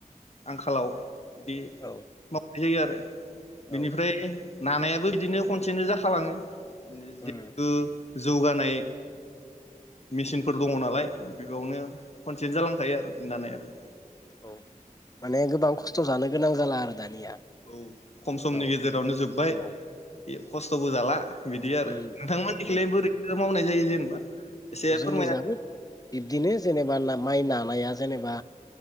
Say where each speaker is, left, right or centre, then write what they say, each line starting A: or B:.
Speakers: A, on the left; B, on the left.
A: आंखालाव बिदि
B: औ
A: माव जायो आरो बिनिफ्राय
B: औ
A: नानायाबो बिदिनो खनसेनो जाखालाङो।
B: उम
A: जिहेतु जौगानाय मेसिनफोर दङ नालाय बेयावनो खनसे जालांखायो आरो नांनायाव।
B: औ माने गोबां खस्थ' जानो गोनां जाला आरो दानिया।
A: औ खम समनि
B: औ
A: गेजेरावनो जोब्बाय
B: औ
A: बे खस्थ'बो जाला बिदि आरो
B: उम
A: नोंथांमोननिखैलाय
B: औ
A: बोरैथो' मावनाय जायो जेनेबा एसे
B: जोंनि
A: फोरमायना
B: जायबो बिब्दिनो जेनेबा ना-माइ नानाया जेनेबा